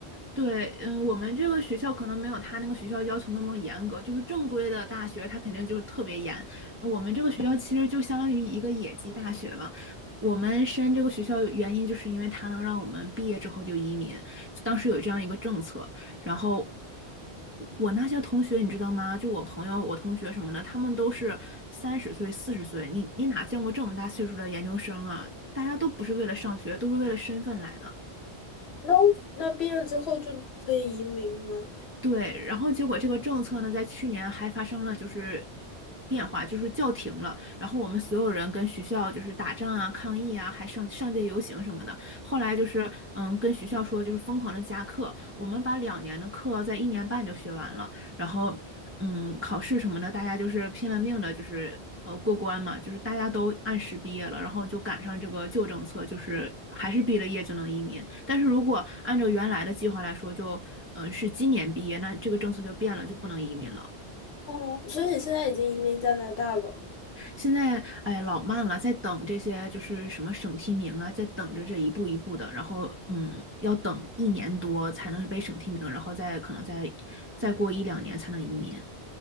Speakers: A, on the right; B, on the left.
A: 对，嗯，我们这个学校可能没有他那个学校要求那么严格，就是正规的大学，他肯定就是特别严。我们这个学校其实就相当于一个野鸡大学吧。我们申这个学校原因就是因为它能让我们毕业之后就移民，当时有这样一个政策。然后我那些同学，你知道吗？就我朋友、我同学什么的，他们都是三十岁、四十岁，你你哪见过这么大岁数的研究生啊？大家都不是为了上学，都是为了身份来的。
B: 那那毕业之后就可以移民吗？
A: 对，然后结果这个政策呢，在去年还发生了就是变化，就是叫停了。然后我们所有人跟学校就是打仗啊、抗议啊，还上上街游行什么的。后来就是嗯，跟学校说就是疯狂的加课，我们把两年的课在一年半就学完了。然后嗯，考试什么的，大家就是拼了命的，就是呃过关嘛，就是大家都按时毕业了，然后就赶上这个旧政策，就是还是毕了业就能移民。但是如果按照原来的计划来说，就呃是今年毕业，那这个政策就变了，就不能移民了。
B: 哦，所以你现在已经移民加拿大了。
A: 现在哎老慢了，在等这些就是什么省提名啊，在等着这一步一步的，然后嗯要等一年多才能被省提名，然后再可能再再过一两年才能移民，